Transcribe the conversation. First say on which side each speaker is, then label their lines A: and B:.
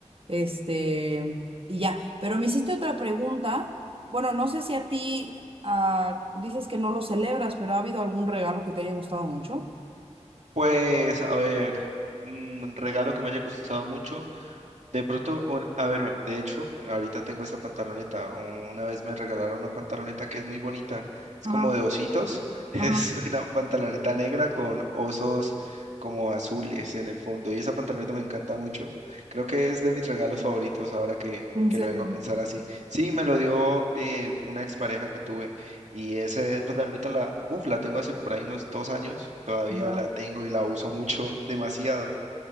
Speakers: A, on the right (about 50°); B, on the right (about 70°).
A: este, y ya, pero me hiciste otra pregunta. Bueno, no sé si a ti ah, dices que no lo celebras, pero ¿ha habido algún regalo que te haya gustado mucho?
B: Pues, a ver, un regalo que me haya gustado mucho. De pronto, un- a ver, de hecho, ahorita tengo esta pantaloneta. Una vez me regalaron una pantaloneta que es muy bonita. Es
A: Ajá,
B: como de ositos. <laughs>
A: ajá.
B: Es una pantaloneta negra con osos como azules en el fondo. Y esa pantaloneta me encanta mucho. Creo que es de mis regalos favoritos ahora que,
A: En
B: que
A: serio.
B: lo vengo a pensar así. Sí, me lo dio eh, una expareja que tuve. Y esa pantaloneta la, uf, la tengo hace por ahí unos dos años. Todavía
A: Ajá.
B: la tengo y la uso mucho, demasiado.